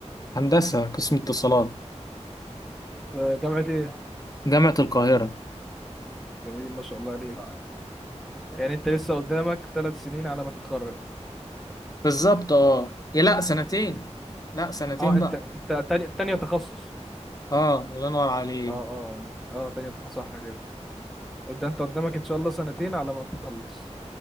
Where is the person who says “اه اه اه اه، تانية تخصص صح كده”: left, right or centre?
Centre